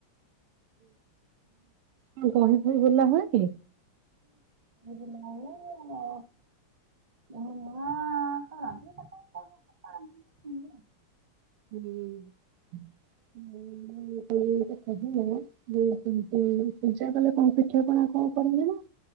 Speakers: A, on the right (about 85°); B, on the right (about 65°).
A: ହୁଁ ବହି ଫଇ ଗୋଲା ହୁଏ କି?
B: ସେିଲାମା ମମା ଖ <unintelligible> ହ ହ ହୁ <unintelligible>
A: ହଁ ହ କ <unintelligible> ସେତି <unintelligible> ପୂଜା କଲେ କଣ ପିଠିାପଣା କଣ କରିବେ ନା।